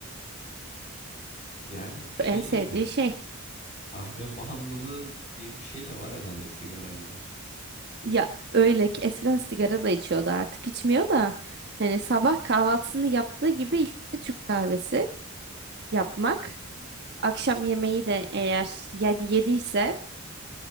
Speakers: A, on the left; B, on the right.
A: Yani şey
B: En sevdiği
A: gibi
B: şey.
A: kahve bağımlılığı diye bir şey de var herhalde sigara gibi.
B: Ya öyle ki eskiden sigara da içiyordu artık içmiyor da. Hani sabah kahvaltısını yaptığı gibi ilk de Türk kahvesi yapmak. Akşam yemeği de eğer yedi yediyse